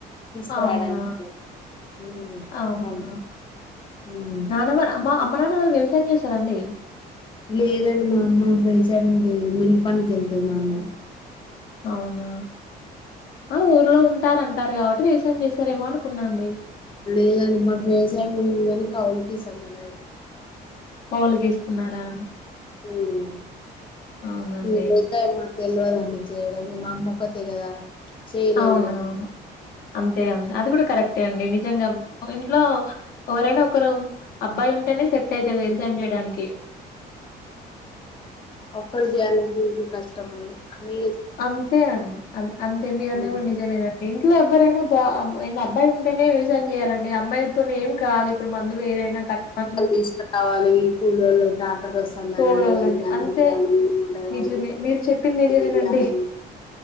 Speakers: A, on the left; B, on the left.
A: తీస్కరడానికి
B: అవునా!
A: ఉమ్మ్
B: అవునా!
A: మన్ ఉమ్మ్
B: నానమ్మ అమ్మ అమ్మ నాన్న వాళ్లు వ్యవసాయం జేస్తారండి
A: లేదండి మా అమ్మ వ్యవసాయం జేయదు మిల్ పని కేళ్తుది మా అమ్మ
B: అవునా ఆ ఊర్లో ఉంటారంటారు గాబట్టి వ్యవసాయం చేస్తారేమో అనుకున్నాండి
A: లేదండి మాకు వ్యవసాయం ఉన్నది గానీ కౌలుకిసాం మండి అది అంతా
B: కౌలుకిస్తున్నారా
A: ఉమ్మ్
B: అవునండి.
A: <unintelligible> తెల్వదండి చేయడం ఇగా మా అమ్మ వోకతే గదా చేయదు
B: అవునవును. అంతే అండి. అది గూడ కరెక్టే అండి నిజంగా ఇంట్లో వోవరైనా ఒకరు అబ్బాయి ఉంటేనే సెట్ అయితది వ్యవసాయం జేయడానికి
A: ఒక్కలు జేయాలంటే ఇగా కష్టం అనీ
B: అంతే అండి అం అంతే మీరన్నది
A: ఉ
B: గూడ నిజమేడి ఇంట్లో ఎవ్వరైనా బా అబ్బాయి ఉంటేనే వ్యవసాయం జేయాలండి అమ్మాయితో ఏం కాదు ఇప్పుడు మందులు ఏదైనా కట్ మందులు
A: తీస్ కారాలి కూలోలు టాటర్ వస్తే సందాన్ని
B: పోవాలని
A: అడగాలి అన్న
B: అంతే
A: అడగాలి నీళ్లు ఆడగాలి
B: నిజమే మీరు చెప్పింది నిజమేనండి.
A: తీయాల